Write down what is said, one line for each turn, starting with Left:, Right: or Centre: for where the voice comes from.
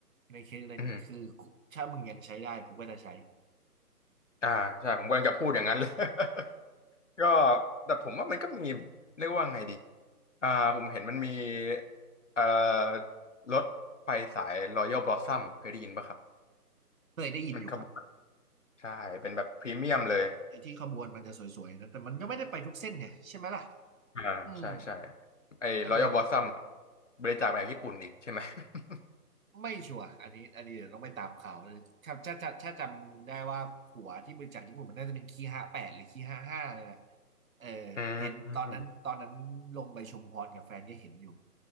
Right: ในเคสอะไรนี้คือ
Left: อืม
Right: ถ้ามึงยังใช้ได้กูก็จะใช้
Left: อ่าใช่ผมกำลังจะพูดอย่างนั้นเลย <laughs> ก็แต่ผมว่ามันก็มีเรียกว่าไงดีอ่าผมเห็นมันมีเอ่อรถไฟสาย Royal Blossom เคยได้ยินปะครับ
Right: เคยได้ยินอยู่ครับ
Left: มันขบวนใช่เป็นแบบพรีเมียมเลย
Right: ไอ้ที่ขบวนมันจะสวยๆนะแต่มันก็ไม่ได้ไปทุกเส้นเนี่ยใช่ไหมล่ะ
Left: อ่าใช่ใช่
Right: อืม
Left: ไอ้
Right: เออ
Left: Royal Blossom เนี่ยบริจาคมาจากญี่ปุ่นอีกใช่ไหม <laughs>
Right: ไม่ชัวร์อันนี้อันนี้เดี๋ยวต้องไปตามข่าวครับถ้าถ้าถ้าจำได้ว่าหัวที่บริจาคญี่ปุ่นมันน่าจะเป็นคีห้าแปดหรือคีห้าห้าเนี่ยแหละเออ
Left: อื
Right: เห็นตอนนั้นตอนนั้นลงไปชุมพรกับแฟนก็เห็นอยู่
Left: ม